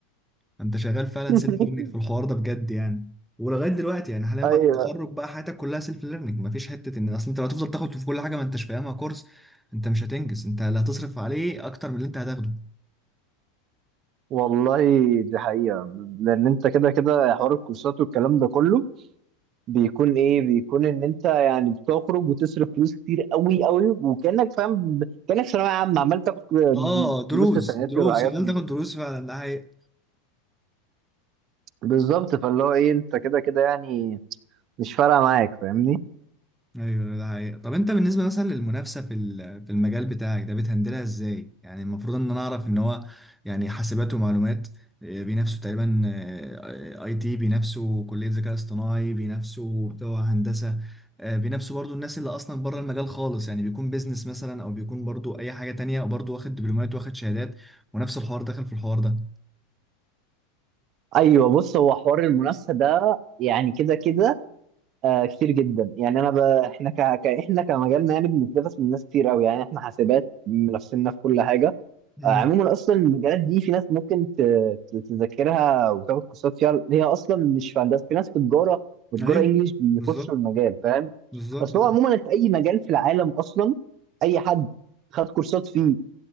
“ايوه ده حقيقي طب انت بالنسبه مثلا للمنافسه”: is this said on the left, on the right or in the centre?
Centre